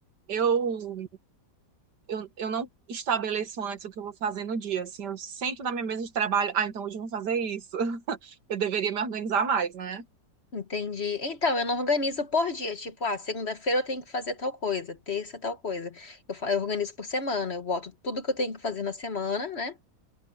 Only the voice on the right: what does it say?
Eu, eu, eu não estabeleço antes o que eu vou fazer no dia. Assim, eu sento na minha mesa de trabalho. Ah, então hoje eu vou fazer isso. <laughs> Eu deveria me organizar mais, né?